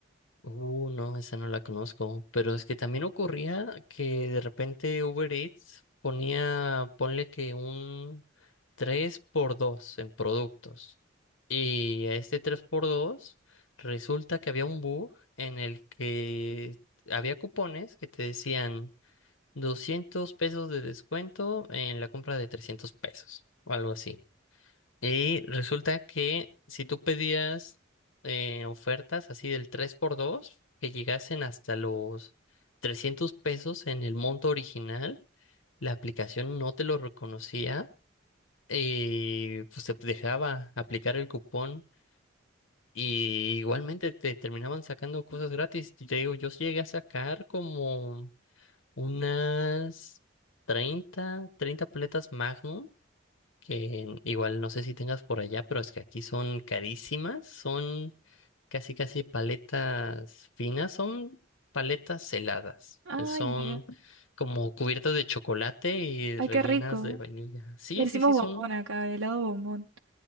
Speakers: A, on the left; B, on the right.
A: Uh, no, esa no la conozco. Pero es que también ocurría que de repente Uber Eats ponía, ponle que un 3 por 2 en productos. Y a este 3 por 2 resulta que había un bug en el que había cupones que te decían. 200 pesos de descuento en la compra de 300 pesos o algo así. Y resulta que si tú pedías eh, ofertas así del tres por dos que llegasen hasta los 300 pesos en el monto original, la aplicación no te lo reconocía y pues te dejaba aplicar el cupón. Y igualmente te terminaban sacando cosas gratis. Y Te digo, yo llegué a sacar como unas treinta treinta paletas Magnum, que igual no sé si tengas por allá, pero es que aquí son carísimas, son casi casi paletas finas, son paletas heladas,
B: Ay,
A: eh, son
B: mira.
A: como cubiertas de chocolate y
B: Ay,
A: rellenas
B: qué rico.
A: de vainilla. Sí,
B: Le decimos
A: sí, sí,
B: bombón
A: son
B: acá, helado bombón.